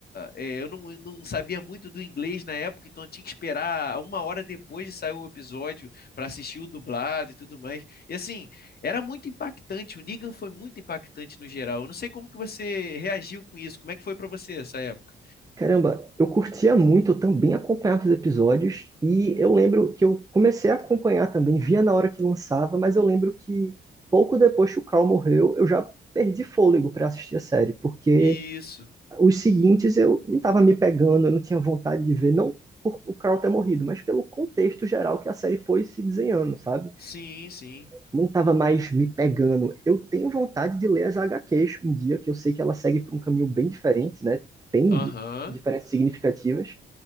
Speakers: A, on the left (about 50°); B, on the right (about 15°).
A: é, eu não, eu não sabia muito do inglês na época, então eu tinha que esperar uma hora depois de sair o episódio para assistir o dublado e tudo mais. E assim. Era muito impactante, o Negan foi muito impactante no geral. Eu não sei como que você reagiu com isso, como é que foi pra você essa época?
B: Caramba, eu curtia muito, eu também acompanhava os episódios, e eu lembro que eu comecei a acompanhar também, via na hora que lançava, mas eu lembro que pouco depois que o Carl morreu, eu já perdi fôlego para assistir a série, porque
A: Isso.
B: os seguintes eu não estava me pegando, eu não tinha vontade de ver, não por o Carl ter morrido, mas pelo contexto geral que a série foi se desenhando, sabe?
A: Sim, sim.
B: Não estava mais me pegando. Eu tenho vontade de ler as HQs um dia, que eu sei que ela segue por um caminho bem diferente, né? Tem
A: Aham.
B: di- diferenças significativas,